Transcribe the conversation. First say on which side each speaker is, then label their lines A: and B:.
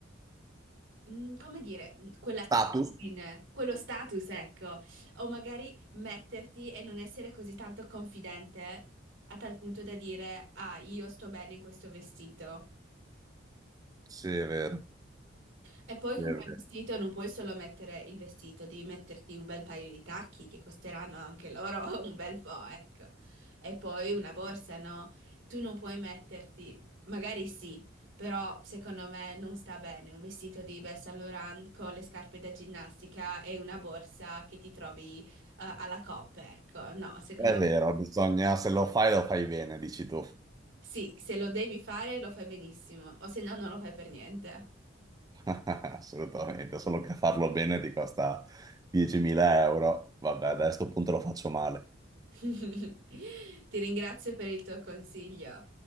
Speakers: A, on the right; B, on the right.
A: mm, come dire, mm, quell'attitudine,
B: Status?
A: quello status, ecco, o magari metterti e non essere così tanto confidente a tal punto da dire, ah, io sto bene in questo vestito.
B: Sì, è vero.
A: E poi
B: Sì,
A: con
B: è vero.
A: quel vestito non puoi solo mettere il vestito, devi metterti un bel paio di tacchi che costeranno anche loro <laughs> un bel po', ecco. E poi una borsa, no? Tu non puoi metterti, magari sì, però secondo me non sta bene un vestito di Yves Saint Laurent con le scarpe da ginnastica e una borsa che ti trovi eh, alla coppa, ecco. No, secondo
B: È
A: me
B: vero, bisogna, se lo fai lo fai bene, dici tu.
A: sì, se lo devi fare lo fai benissimo, o se no non lo fai per niente.
B: <laughs> Assolutamente, solo che farlo bene ti costa 10.000 euro. Vabbè, da questo punto lo faccio male.
A: <laughs> Ti ringrazio per il tuo consiglio.